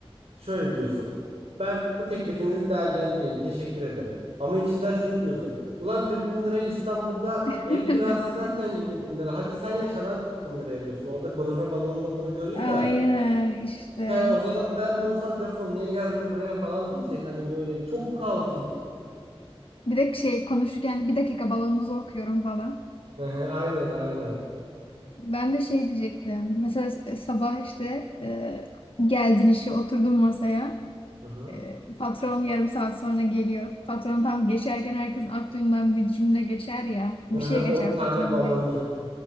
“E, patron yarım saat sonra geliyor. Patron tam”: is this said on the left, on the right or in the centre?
Left